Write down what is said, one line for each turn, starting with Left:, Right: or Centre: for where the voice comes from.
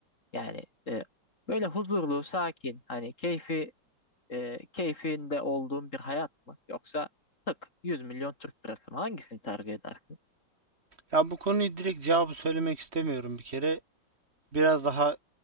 Left: Yani e, böyle huzurlu, sakin hani keyfi e, keyfinde olduğun bir hayat mı? Yoksa tık 100 milyon Türk lirası mı? Hangisini tercih edersin?
Right: Ya bu konuyu direkt cevabı söylemek istemiyorum bir kere. Biraz daha